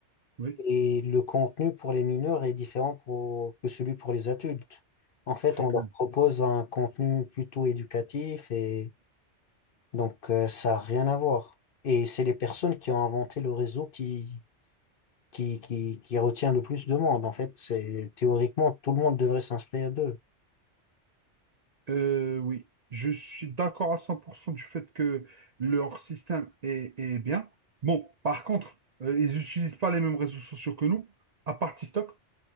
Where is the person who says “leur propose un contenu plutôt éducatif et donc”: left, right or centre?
Left